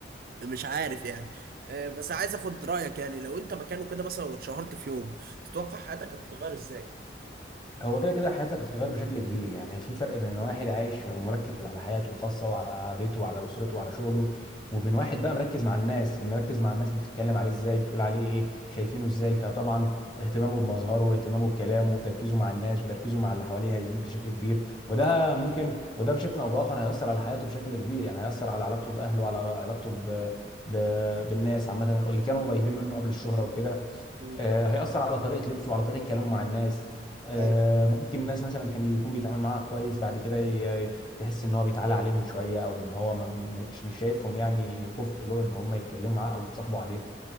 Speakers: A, on the right; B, on the left.
A: مش عارف يعني آه، بس عايز اخد رأيك يعني لو انت مكانه كده مثلا واتشهرت في يوم تتوقع حياتك هتتغير ازاي؟
B: هو كده كده حياتك هتتغير بشكل كبير يعني في فرق بين ان واحد عايش مركز على حياته الخاصه وعلى بيته وعلى اسرته وعلى شغله وبين واحد بقى مركز مع الناس مركز مع الناس بتتكلم عليه ازاي بتقول عليه ايه شايفينه ازاي فطبعا اهتمامه بمظهره واهتمامه بكلامه وتركيزه مع الناس وتركيزه مع اللي حواليه هيزيد بشكل كبير وده
A: اه
B: ممكن وده بشكل او باخر هيأثر على حياته بشكل كبير يعني هيأثر على علاقته باهله وعلى علاقته ب... ب... بالناس عامه اللي كانوا قريبين منه قبل الشهره وكده
A: مم.
B: آه، هيأثر على طريقة لبسه على طريقة كلامه مع الناس آه،
A: ايوه
B: ممكن الناس مثلا كان يكون بيتعامل معاها كويس بعد كده ي- تحس ان هو بيتعالى عليهم شوية او ان هو ما- مش مش شايفهم يعني كفء له ان هم يتكلموا معاه او يتصاحبوا عليه